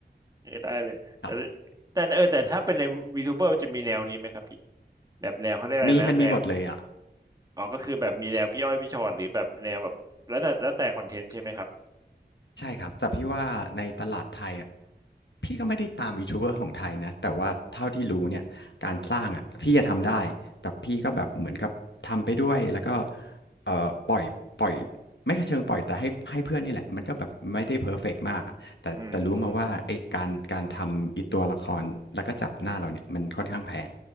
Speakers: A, on the right; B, on the left.
A: เออได้เลยแต่
B: ครับ
A: แต่เออแต่ถ้าเป็นในวีทูเบอร์จะมีแนวนี้ไหมครับพี่แบบแนวเขาเรียกอะไรนะแนว
B: มีมันมีหมดเลยอ่ะ
A: อ๋อก็คือแบบมีแนวพี่อ้อยพี่ชอนหรือแบบแนวแบบแล้วแต่แล้วแต่คอนเทนต์ใช่ไหมครับ
B: ใช่ครับแต่พี่ว่าในตลาดไทยอ่ะพี่ก็ไม่ได้ตามยูทูบเบอร์ของไทยนะแต่ว่าเท่าที่รู้เนี่ยการสร้างอ่ะพี่จะทำได้แต่พี่ก็แบบเหมือนกับทำไปด้วยแล้วก็เอ่อปล่อยปล่อยไม่เชิงปล่อยแต่ให้ให้เพื่อนนี่แหละมันก็แบบไม่ได้เพอร์เฟกต์มากอะแต่แต่รู้มาว่าไอ้การการทำอีตัวละครแล้วก็จับหน้าเราเนี่ยมันค่อนข้างแพง
A: อืม